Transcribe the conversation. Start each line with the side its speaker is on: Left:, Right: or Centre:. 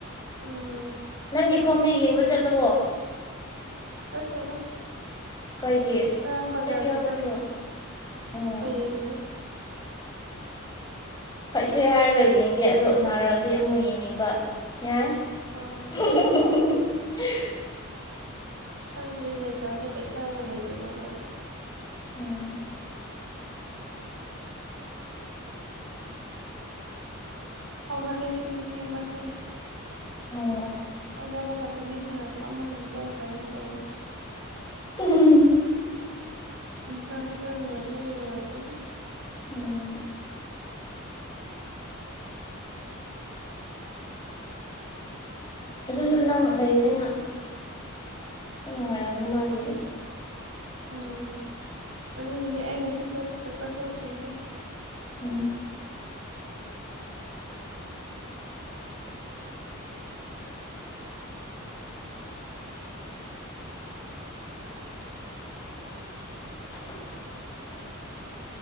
Right: ꯎꯝ
Left: ꯅꯪꯒꯤ ꯈꯣꯡꯗꯤ ꯌꯦꯡꯕ ꯆꯠꯂꯕꯣ
Right: ꯆꯠꯇꯦꯗ
Left: ꯀꯩꯒꯤ
Right: ꯉꯔꯥꯡ ꯕꯖꯥꯔꯗ
Left: ꯆꯠꯀꯦ ꯍꯥꯏꯕ ꯅꯠꯇ꯭ꯔꯣ ꯑꯣ
Right: ꯌꯦꯡꯒꯦ
Left: ꯐꯈ꯭ꯔꯦ ꯍꯥꯏꯔꯒ ꯌꯦꯡꯗꯦ ꯑꯗꯣ ꯅꯥꯔꯛꯑꯗꯤ ꯑꯃꯨꯛ ꯌꯦꯡꯅꯤꯡꯕ ꯌꯥꯏ
Right: ꯑꯣ
Left: <unintelligible>
Right: ꯈꯪꯗ‌ꯦ ꯃ‌ꯦꯟ ꯇꯥꯗꯦ ꯄꯩꯁꯥꯒ ꯂꯩꯗꯕꯒ
Left: ꯎꯝ
Right: ꯍꯧꯒꯠꯂꯦ ꯁꯤ ꯅꯨꯄꯤ ꯑꯃꯁꯦ
Left: ꯑꯣ
Right: ꯍꯧꯒꯠꯂꯒ ꯇꯨꯃꯤꯟꯅ ꯐꯝꯃꯒ ꯀꯣ ꯀꯩ ꯅ‌ꯣ ꯇꯧꯋ‌ꯦ
Left: ꯎꯝ
Right: ꯃꯁꯥꯁ‌ꯦ ꯈꯔꯅ ꯅꯨꯉꯥꯏꯇꯕꯒꯤ ꯅꯨꯉꯥꯏꯇꯔ‌ꯦꯍ‌ꯦ
Left: ꯎꯝ ꯑꯗꯨꯁꯨ ꯅꯪ ꯂꯩꯕꯅꯤꯅ ꯍ‌ꯣꯏ ꯅꯨꯡꯉꯥꯏꯔꯝꯅꯤ ꯃꯥꯒꯤꯗꯤ
Right: ꯎꯝ ꯑꯗꯨꯒꯤꯅꯦ ꯑꯩ ꯉꯁꯤ ꯆꯠ ꯆꯠꯊꯣꯛꯇ꯭ꯔꯤꯁꯦ
Left: ꯎꯝ <unintelligible>